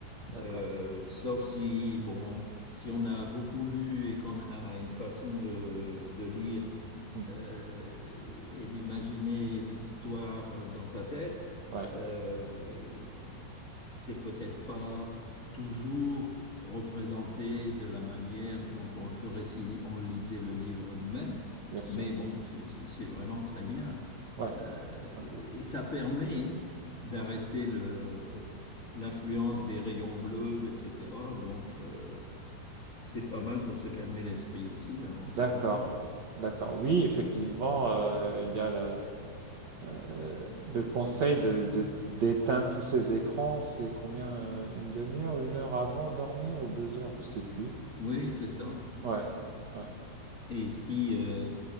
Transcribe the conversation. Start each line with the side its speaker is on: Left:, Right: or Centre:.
Right: d'accord.
Left: euh, sauf si, bon, si on a beaucoup lu et qu'on a une façon de, de lire
Right: Mhm.
Left: euh, et d'imaginer l'histoire euh, dans sa tête.
Right: Ouais,
Left: Euh, c'est peut-être pas toujours représenté de la manière dont on le ferait si on lisait le livre nous-mêmes,
Right: bien sûr.
Left: mais bon, c'est c'est- c'est vraiment très bien.
Right: Ouais.
Left: Euh, et,
Right: Euh,
Left: et ça permet d'arrêter le, l'influence des rayons bleus, etc. Donc, euh, c'est pas mal pour se calmer l'esprit aussi avant
Right: d'accord.
Left: de s'endormir.
Right: D'accord. Oui, effectivement, euh, il y a le, euh, le conseil de, de- d'éteindre tous ces écrans. C'est combien? euh, une demi-heure, une heure avant de dormir ou deux heures? Je sais plus.
Left: Oui, c'est ça.
Right: Ouais. Ouais.
Left: Et si euh,